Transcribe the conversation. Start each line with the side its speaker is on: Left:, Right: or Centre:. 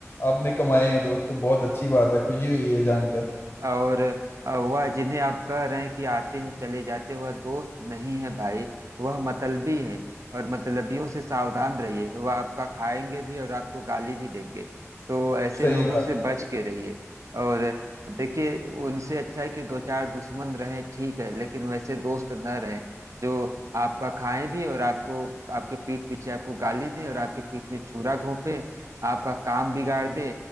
Left: आपने कमाए हैं दोस्त तो बहुत अच्छी बात है खुशी हुई है जानकर
Right: और अ, वह जिन्हें आप कह रहे हैं कि आते हैं चले जाते हैं, वह दोस्त नहीं है भाई वह मतलबी है और मतलबियों से सावधान रहिए वह आपका खाएंगे भी और आपको गाली भी देंगे तो ऐसे
Left: सही
Right: लोगों
Left: बात
Right: से बच के रहिए और देखिए उनसे अच्छा है कि दो चार दुश्मन रहें ठीक है लेकिन वैसे दोस्त न रहें जो आपका खाएं भी और आपको आपके पीठ पीछे आपको गाली दे और आपके पीठ में छुरा घोंपे आपका काम बिगाड़ दे